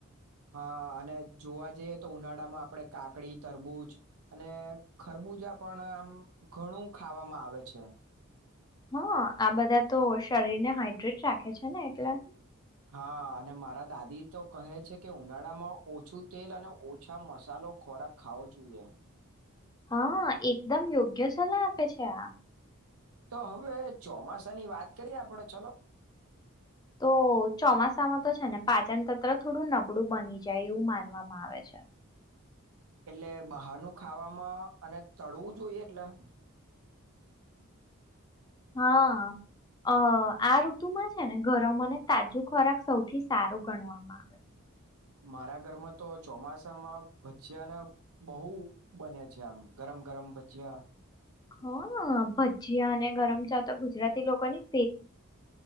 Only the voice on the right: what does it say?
હા અને જોવા જઈએ તો ઉનાળામાં આપણે કાકડી તરબૂજ અને ખરબૂજા પણ આમ ઘણું ખાવામાં આવે છે
હા અને મારા દાદી તો કહે છે કે ઉનાળામાં ઓછું તેલ અને ઓછા મસાલો ખોરાક ખાવો જોઈએ
તો હવે ચોમાસાની વાત કરીએ આપડે ચલો
એટલે બહારનું ખાવામાં અને તળવું જોઈએ એટલે
મારા ઘરમાં તો ચોમાસામાં ભજીયાને બહુ બને છે આમ ગરમ ગરમ ભજીયા.